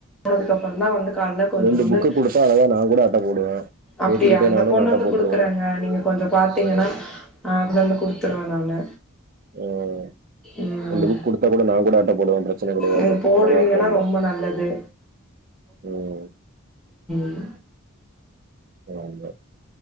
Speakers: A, in the centre; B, on the right (about 40°).
A: போனதுக்கு அப்புறம் தான் வந்து காலைல கொஞ்சம்
B: ரெண்டு
A: வந்து
B: புக்க குடுத்தா அழகா நா கூட அட்ட போடுவே
A: அப்படியா
B: பேசிக்கிட்டே
A: அந்த
B: நானு
A: கொண்டு
B: அட்ட
A: வந்து
B: போட்ருவே
A: குடுக்குறாங்க நீங்க கொஞ்சம் பாத்தீங்கன்னா
B: ஆ
A: அ கொடுத்துருவேன் நானு
B: உஹம்
A: ம்
B: ரெண்டு புக் கொடுத்தா கூட நான் கூட அட்ட போடுவேன் பிரச்சனை கிடையாது
A: இது போடுவீங்கன்னா
B: அழகா போடலாம்
A: ரொம்ப நல்லது
B: உம்
A: உம்
B: வாங்க